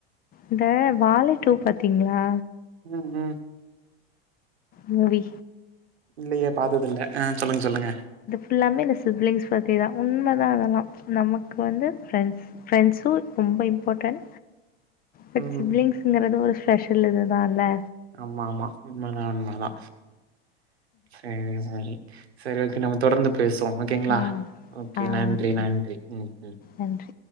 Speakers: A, on the left; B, on the right.
A: இந்த வாழை டூ பாத்தீங்களா
B: ம் ம்
A: மூவி
B: இல்லையே பாத்ததுல்ல ஆ சொல்லுங்க சொல்லுங்க
A: எல்லாமே இந்த சிப்லிங்ஸ் பத்தி தா உண்மைதா அதெல்லா நமக்கு வந்து ஃரெண்ட்ஸு ரொம்ப ரொம்ப இம்பார்டன்
B: <inaudible>
A: பட்
B: ம்
A: சிப்லிங்ஸ்ங்கறது ஒரு ஸ்பெஷல் இதுதா இல்ல
B: ஆமா ஆமா உண்மதா உண்மதா சரி சரி சரி ஓக் கே நம்ம தொடர்ந்து பேசுவோ ஓகேங்களா
A: ஆ,
B: ஓகே
A: ஆ
B: நன்றி
A: ஓகே.
B: நன்றி ம் ம்
A: நன்றி.